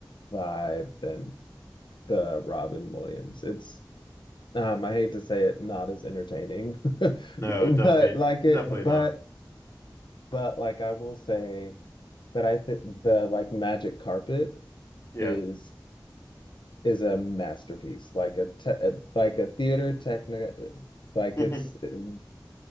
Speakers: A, on the left; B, on the left.
A: vibe than the Robin Williams. It's um, I hate to say it, not as entertaining, <laughs> but
B: No, definitely,
A: like it,
B: definitely
A: but
B: not.
A: but like I will say that I think the like Magic Carpet
B: Yeah.
A: is is a masterpiece, like a te like a theater technic, like
B: <laughs>
A: it's I,